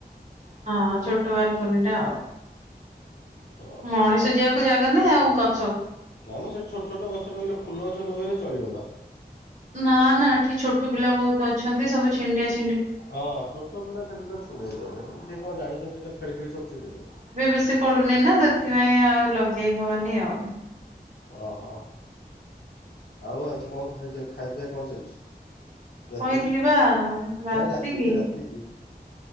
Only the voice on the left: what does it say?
ଓହୋ
ନା ମ ସେଇ ଛୋଟ ଛୋଟ ଗଛ ଲଗେଇଲେ ଫୁଲ ଗଛ ଲଗେଇଲେ ଚଳିବ ବା।
ହଁ ଛୋଟ ପିଲା ଥିଲେ ତ ଛିଣ୍ଡେଇଦବେ ସେ କଣ ଜାଣିଛନ୍ତି ସେ ତ ଖେଳି ଖେଳି ସବୁ ଛିଣ୍ଡେଇ ଦେବେ।
ଓହୋ ଆଉ ଆଜି କଣ ଖାଇଛ ଖାଇ ପିଇ କଣ ଚାଲିଛି? ରାତିକି?
ନାଇଁ ରାତିକି
ରାତିକି